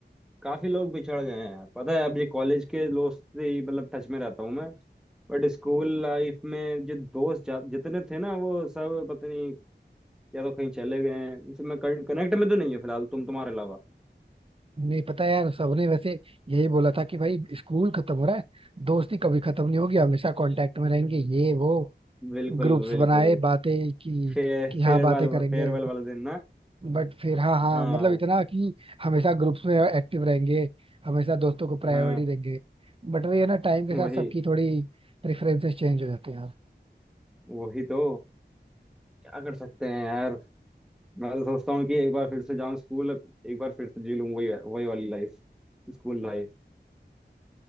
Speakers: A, in the centre; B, on the right (about 30°).
A: काफी लोग बिछड़ गए हैं यार पता है अब ये कॉलेज के दोस्त से ही मतलब टच में रहता हूँ मैं बट स्कूल लाइफ में जो दोस्त जा- जितने थे ना वो सब पता नहीं या तो कहीं चले गए हैं उनसे मैं कनेक्ट में तो नहीं है फिलहाल तुम तुम्हारे अलावा
B: नहीं पता यार सबने वैसे यही बोला था कि भाई स्कूल खत्म हो रहा है दोस्ती कभी खत्म नहीं होगी हमेशा कांटेक्ट में रहेंगे ये वो
A: बिल्कुल
B: ग्रुप्स
A: बिल्कुल
B: बनाए बातें की
A: फे,
B: कि हाँ
A: फेयरवेल
B: बातें करेंगे
A: फेयरवेल वाले दिन ना
B: बट फिर हाँ हाँ
A: हाँ
B: मतलब इतना कि हमेशा ग्रुप्स में एक्टिव रहेंगे हमेशा दोस्तों को प्रायोरिटी
A: हाँ
B: देंगे बट वही है ना टाइम के
A: वही
B: साथ सबकी थोड़ी प्रेफरेंसेस चेंज हो जाती हैं यार
A: वही तो क्या कर सकते हैं यार मैं तो सोचता हूँ कि एक बार फिर से जाऊँ स्कूल एक बार फिर से जी लूँ वही वही वाली लाइफ स्कूल लाइफ